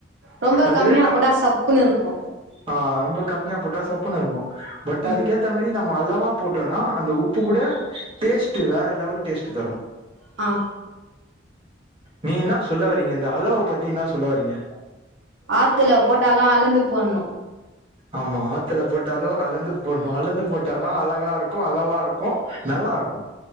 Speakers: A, on the right (about 75°); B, on the right (about 30°).
A: ரொம்ப
B: அதுவே
A: கம்மியா
B: கம்
A: போட்டா சப்புன்னு இருக்கு
B: ஆ ரொம்ப கம்மியா போட்டா சப்புன்னு இருக்கு பட்
A: ம்
B: அதுக்கேத்தா மாரி நம்ம அளவாக போட்டோன்னா அந்த உப்பு கூட டேஸ்ட்டு வேற லெவல் டேஸ்ட்டு தரு
A: அ
B: நீ என்னா சொல்ல வரீங்க இந்த அளவ பத்தி என்னா சொல்ல வரீங்க
A: ஆத்துல போட்டாலு அளந்து போடணு
B: ஆமா ஆத்துல போட்டாலு அலந்து போடணு அலந்து போட்டாதா அழகாருக் இருக்கு அளவா இருக்கு நல்லா இருக்கு